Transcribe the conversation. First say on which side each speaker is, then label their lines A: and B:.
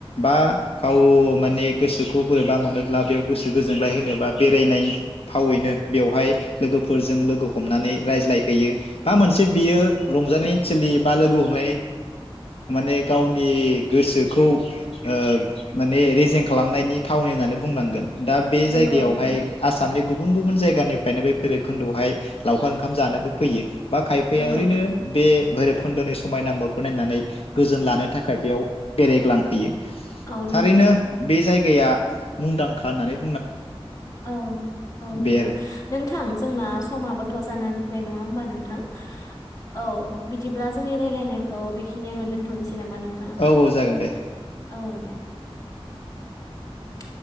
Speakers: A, on the left; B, on the left.
A: बा गाव माने गोसोखौ बोरैबा मोनोब्ला बेयाव गोसो गोजोनलाय होनोबा बेरायनाय फावैनो बेवहाय लोगोफोरजों लोगो हमनानै रायज्लायहैयो बा मोनसे बियो रंजानाय सोलिब बालोगो <unintelligible> माने गावनि गोसोखौ ओ माने रेजें खालामनायनि थावनि होननानै बुंनांगोन दा बे
B: नंगौ
A: जायगायावहाय
B: नोंथां
A: आसामनि गुब- गुबुन गुबुन जायगानिफ्रायनो बे भैरबखुनदोआवहाय लावखार ओंखाम जानोबो फैयो। बा खायफाया
B: नंगौ
A: ओरैनो
B: नोंथां
A: बे भैरब खोन्दोनि समायाना महरखौ नायनानै गोजोन लानो थाखाय बेयाव बेरायग्लाङो। फैयो।
B: औ नोंथां
A: थारैनो बे जायगाया मुंदां खानानै
B: औ औ नोंथां
A: बे आरो
B: नोंथां जोंना समाबोथ' जानानै फैबाय नङा होमबा नोंथां? औ बिदिब्ला जो रायलायनायखौ बेखिनियावनो दोनथ'नोसै। नामा नोंथां
A: औ औ जागोन दे।
B: औ दे। <inaudible>